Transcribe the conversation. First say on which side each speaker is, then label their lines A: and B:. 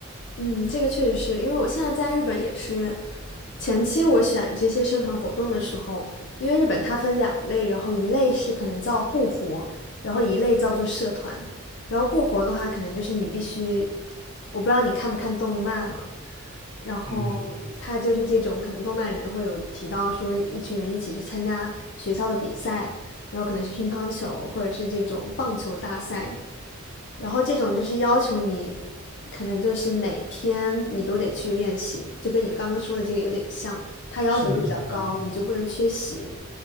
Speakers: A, on the left; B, on the left.
A: 嗯，这个确实是因为我现在在日本也是，前期我选这些社团活动的时候，因为日本它分两类，然后一类是可能叫部活，然后一类叫做社团。然后部活的话，可能就是你必须，我不知道你看不看动漫了，然后它就是这种，
B: 嗯，
A: 可能动漫里面会有提到说一群人一起去参加学校的比赛，然后可能是乒乓球或者是这种棒球大赛然后这种就是要求你，可能就是每天你都得去练习，就跟你刚刚说的这个有点像，它要求就比较高，
B: 是的，是的，是的，
A: 你就不能缺席。